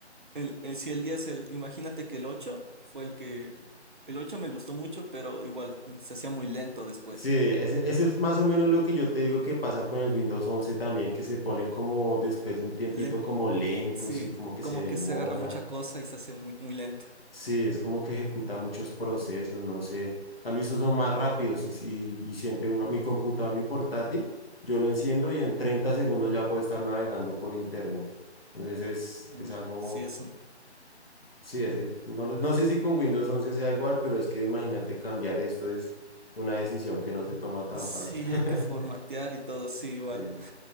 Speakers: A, on the right; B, on the left.
A: el, eh, si el 10, el, imagínate que el 8 fue el que... El 8 me gustó mucho, pero igual se hacía muy lento después.
B: Sí, ese, ese es más o menos lo que yo te digo que pasa con el Windows once también, que se pone como después de un tiempito
A: Len-
B: como lento,
A: sí,
B: sí, como que
A: como
B: se demora.
A: que se agarra mucha cosa y se hace muy, muy lento.
B: Sí, es como que ejecuta muchos procesos, no sé. En cambio, estos son más rápidos y, y, y siente uno, mi computador, mi portátil, yo lo enciendo y en 30 segundos ya puedo estar navegando por internet. Entonces es,
A: Uf,
B: es algo,
A: sí, es un...
B: sí, ese- no, lo- no sé si con Windows once sea igual, pero es que imagínate cambiar esto es una decisión que no se toma tan
A: Sí,
B: fácil. <laughs>
A: hay que formatear y todo, sí, igual.
B: Sí.